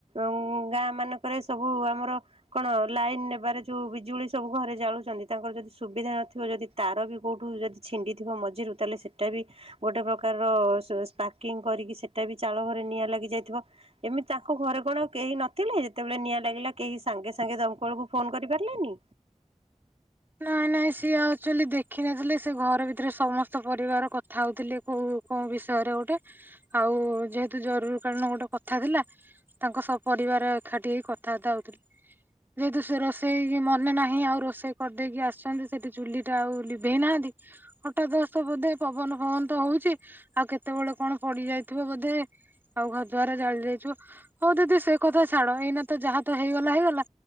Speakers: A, on the right; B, on the right.
A: ଉଁ ଗାଁ ମାନଙ୍କରେ ସବୁ ଆମର କଣ ଲାଇନ ନେବାରେ ଯୋଉ ବିଜୁଳି ସବୁ ଘରେ ଜାଳୁଛନ୍ତି ତାଙ୍କର ଯଦି ସୁବିଧା ନଥିବ ଯଦି ତାର ବି କୋଉଠୁ ଯଦି। ଛିଣ୍ଡିଥିବ ମଝିରୁ ତାହେଲେ ସେଟା ବି ଗୋଟେ ପ୍ରକାରର ସ୍ପାର୍କିଂ କରିକି ସେଟା ବି ଚାଳ ଘରେ ନିଆଁ ଲାଗି ଯାଇଥିବ ଏମିତି ତାଙ୍କ ଘରେ କଣ କେହି ନଥିଲେ ଯେତେବେଳେ ନିଆଁ ଲାଗିଲା କେହି ସାଙ୍ଗେ ସାଙ୍ଗେ ଦମକଳକୁ ଫୋନ କରିପାରିଲେନି।
B: ନାଇଁ ନାଇଁ ସିଏ ଆକଚୁଆଲି ଦେଖିନଥିଲେ ସେ ଘର ଭିତରେ ସମସ୍ତ ପରିବାର କଥା ହଉଥିଲେ କୋଉ କୋଉ ବିଷୟରେ ଗୋଟେ ଆଉ ଯେହେତୁ ଜରୁରୀ କାଳୀନ ଗୋଟେ କଥା ଥିଲା ତାଙ୍କ ସ ପରିବାର ଏକାଠି ହେଇ କଥାବାର୍ତ୍ତା ହଉଥିଲେ ଯେହେତୁ ସେ ରୋଷେଇ ମନେ ନାହିଁ ଆଉ ରୋଷେଇ କରିଦେଇକି ଆସିଛନ୍ତି ସେଠି ଚୁଲି ଟା ଆଉ ଲିଭେଇ ନାହାନ୍ତି ହଠାଦସ୍ତ୍ ବୋଧେ ପବନ ଫବନ ତ ହଉଛି ଆଉ କେତେବେଳେ କଣ ପଡି ଯାଇଥିବ ବୋଧେ ଆଉ ଘ ଦୁଆର ଜାଳି ଯାଇଥିବ ହଉ ଦିଦି ସେ କଥା ଛାଡ ଏଇନା ତ ଯାହା ତ ହେଇଗଲା ହେଇଗଲା